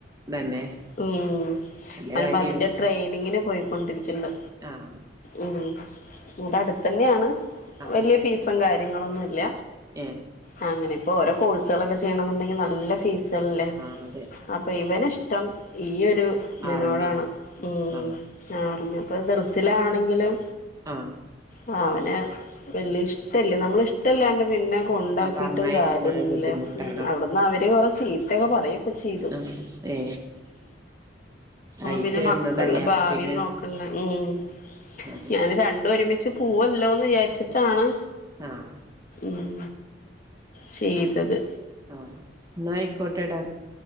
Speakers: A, on the right; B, on the left.
A: തന്നെ
B: ഉം
A: നല്ല
B: അവൻ
A: കാര്യാണ്
B: അതിന്റെ ട്രെയിനിങ്ങിന് പോ പോയിക്കൊണ്ടിരി ഇണ്ട്
A: ആഹ്
B: ഉം ഇവിടെ അടുത്ത് തന്നെയാണ്
A: ആഹ്
B: വലിയ ഫീസും കാര്യ നിങ്ങളൊന്നുല്ല
A: ഏ
B: ആഹ അങ്ങനെ ഇപ്പൊ ഓരോ കോഴ്സുകളൊക്കെ ചെയ്യണെന്നുണ്ടെങ്കി നല്ല ഫീസ് തന്നെ
A: ആ അതെ
B: അപ്പൊ ഇവനിഷ് ഇഷ്റ്റം ഈ ഒരു രു ദിനോടാണ്
A: ആർമി
B: ഉം
A: ആ
B: ആ ഞിപ്പോ ദർസിലാണെങ്കിലും
A: പിന്നങ്ങനെ ആഹ്
B: ആ അവൻ പിന്നെ വല്ല്യഷ്ടല്ല നമ്മളിഷ്ടല്ലാണ്ട് പിന്നെ കൊണ്ടാക്കീട്ടും
A: ആ പറഞ്ഞയക്കുമ്പഴ
B: കാര്യല്ല
A: ബുദ്ധിമുട്ടാണ്
B: അവിടന്നവര് കൊറേ ചീത്തൊക്കെ പറയൊക്കെ ചെയ്തു
A: ആ ഏ അയി
B: പിന്നെ
A: ചേർന്നതല്ലേ
B: മക്കളെ
A: അപ്പൊ
B: ഭാവിം
A: പിന്നെ
B: നോക്ക ഉം
A: അതെ
B: ഞാന് രണ്ടൊരുമിച്ച് പൂവല്ലോന്ന് വിചാരിച്ചിട്ടാണ്
A: ആഹ്
B: ഉം ചെയ്തത്
A: ആ ന്നായിക്കോട്ടെടാ